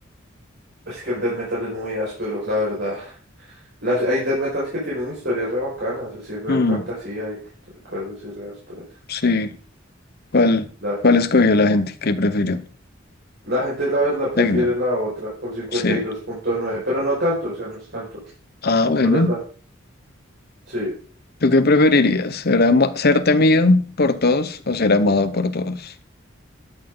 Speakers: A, on the right; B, on the left.
A: es que el death metal es muy áspero, la verdad. Las, hay death metals que tienen historias re bacanas, así re
B: Mm,
A: fantasía y cosas así re ásperas.
B: sí. ¿Cuál,
A: La,
B: cuál escogió la gente? ¿Qué prefirió?
A: la gente, la verdad, prefiere
B: Tecno.
A: la otra por cincuenta
B: Sí.
A: y dos punto nueve pero no tanto, o sea, no es tanto.
B: Ah, bueno.
A: Solo es la. Sí.
B: ¿Tú qué preferirías? ¿Ser, ama- ser temido por todos o ser amado por todos?